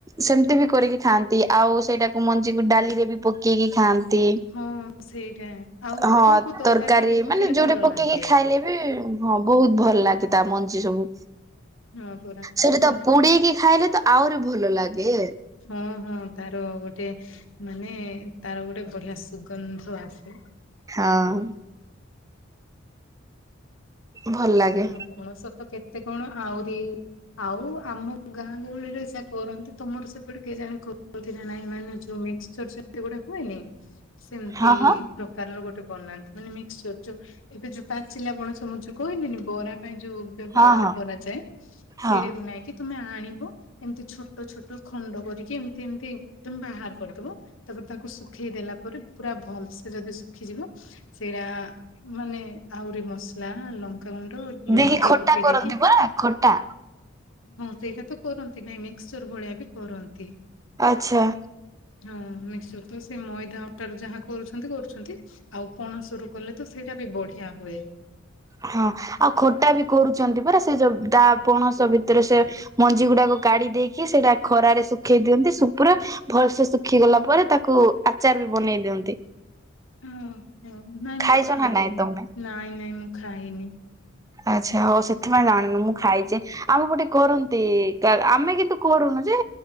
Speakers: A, on the right; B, on the left.
A: ସେମିତି ବି କରିକି ଖାଆନ୍ତି ଆଉ ସେଇଟାକୁ ମଞ୍ଜିକୁ ଡାଲି ରେ ବି ପ ପକେଇକି ଖାଆନ୍ତି
B: ହଁ ସେଇଟା। ଆଉ
A: ହଁ
B: କୋଉ କୋଉ ତରକାରୀରେ
A: ତରକାରୀ
B: ବି ପକେଇଲେ
A: ମାନେ ଯୋଉଟେ
B: ଭଲ
A: ପକେଇକି
B: ଲାଗେ।
A: ଖାଇଲେ ବି ହଁ ବହୁତ ଭଲ ଲାଗେ ତା ମଞ୍ଜି ସବୁ
B: ହଁ ପରା
A: ସେଠି ତ
B: ମାନେ
A: ପୁଡେଇକି ଖାଇଲେ ତ ଆହୁରି ଭଲ ଲାଗେ।
B: ହଁ ହଁ ତାର ଗୋଟେ ମାନେ ତାର ଗୋଟେ ବଢିଆ ସୁଗନ୍ଧ ଆସେ।
A: ହଁ। ଭଲ ଲାଗେ।
B: ଆପଣଙ୍କ ସହିତ କେତେ କଣ ଆହୁରି ଆଉ ଆମ ଗାଁ ଗହଳିରେ ଓସା କରନ୍ତି ତମର ସେପଟେ କେଜାଣି କରନ୍ତି କି ନାଇଁ ମାନେ ଜଉ ଛୋଟ ଛୋଟ <unintelligible> ଗୁଡାକୁ ହେନି ସେମିତି
A: ହଁ ହଁ
B: ପ୍ରକାରର ଗୋଟେ ବନାନ୍ତି ମାନେ ମିକ୍ସିଚର ଯୋଉ ଏବେ ଯୋଉ ପାଚିଲା ପଣସ ମୁଁ ଯଉ କହିଲେନି ବରା ପାଇଁ ଯୋଉ ବ୍ୟବହାର
A: ହଁ ହଁ
B: କରାଯାଏ
A: ହଁ
B: ସେଇଟାକୁ ନେଇକି ତମେ ଆଣିବ ଏମିତି ଛୋଟ ଛୋଟ ଖଣ୍ଡ କରିକି ଏମିତି ଏମିତି ତମେ ବାହାର କରିଦବ। ତାପରେ ତାକୁ ଶୁଖେଇ ଦେଲା ପରେ ପୁରା ଭଲସେ ଯଦି ଶୁଖିଯିବ। ସେରା ମାନେ ଆହୁରି ମସଲା ଲଙ୍କା ଗୁ ଟୁ ଲୁଣ
A: ଦେଇକି
B: ଟିକେ
A: ଖୋଟା
B: ପକେଇ
A: କରନ୍ତି
B: ଦେଇକି
A: ପରା ଖୋଟା
B: ହଁ ସେଇଟା ତ କରନ୍ତି ନାଇଁ ମିକ୍ସିଚର ଭଳିଆ ବି କରନ୍ତି।
A: ଆଚ୍ଛା।
B: ହଁ ମିକ୍ସିଚର ତ ସେ ମଇଦା ଅଟା ରୁ ଯାହା କରୁଛନ୍ତି କରୁଛନ୍ତି ଆଉ ପଣସରୁ କଲେ ତ ସେଇଟା ବି ବଢିଆ ହୁଏ।
A: ହଁ ଆଉ ଖଟା ବି କରୁଛନ୍ତି ପରା ସେ ଯ ଦା ପଣସ ଭିତରେ ସେ ମଞ୍ଜି ଗୁଡାକୁ କାଢି ଦେଇକି ସେଇଟା ଖରାରେ ଶୁଖେଇ ଦିଅନ୍ତି ସୁ ପୁରା ଭଲସେ ଶୁଖି ଗଲା ପରେ ତାକୁ ଆଚାର ବି ବନେଇ ଦିଅନ୍ତି।
B: ଓହୋ ନାଇଁ
A: ଖାଇଛ
B: ମୁଁ ଖାଇନି
A: ନା ନାଇଁ ତମେ?
B: ନାଇଁ ନାଇଁ ମୁଁ ଖାଇନି।
A: ଆଚ୍ଛା ହଉ ସେଥିପାଇଁ ଜାଣିନି ମୁଁ ଖାଇଛି ଆମ ଗୋଟେ କରନ୍ତି। ଆମେ କିନ୍ତୁ କରୁନୁ ଯେ